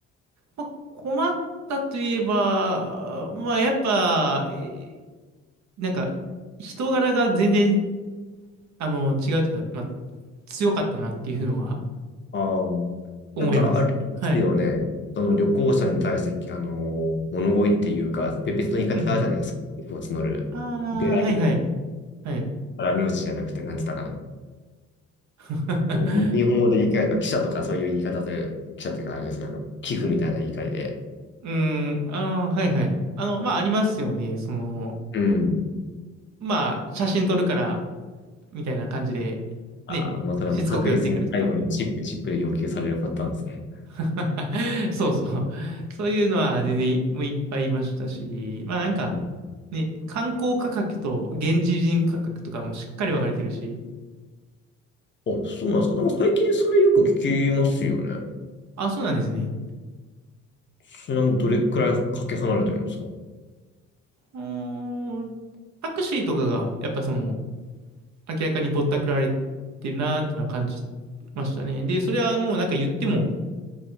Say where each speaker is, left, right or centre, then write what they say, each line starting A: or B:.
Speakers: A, on the right; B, on the left.
A: まあ、困ったといえば、まあ、やっぱ、えーなんか、人柄が全然、あの、違うというか、まあ、強かったなっていうのは
B: ああ。
A: <laughs> 思います。
B: なんか、あれですよね。
A: はい。
B: その旅行者に対して、あの、物乞いっていうか、別の言い方あるじゃないですか。
A: うんう
B: 寄付を募る。
A: ん。ああはいはい。
B: ベラ
A: はい。
B: ルーシじゃなくて、なんて言ったかな。
A: <laughs>
B: に日本語で言い換えると、記者とかそういう言い方という、記者というかあれですね、あの、寄付みたいな言い換えで、
A: うーん、ああはいはい。あの、まあ、ありますよね。その、
B: うん。
A: まあ、写真撮るから、みたいな感じで、
B: ああ、
A: ね、
B: もうそれはもう確実に最後にチップチップで要求されるパターンですね。
A: しつこく寄ってくるとか。<laughs> そうそう。そういうのは全然もういっぱいいましたし、まあなんか、
B: うん
A: ね、観光価格と現地人価格とかもしっかり分かれてるし、
B: あ、そうなんですか。なんか最近それよく聞きますよね。
A: あ、そうなんですね。
B: ちなみにどれくらいかけ離れてるんですか
A: うーん、タクシーとかがやっぱその、明らかにぼったくられてるなーっていうのは感じましたね。で、それはもうなんか言っても、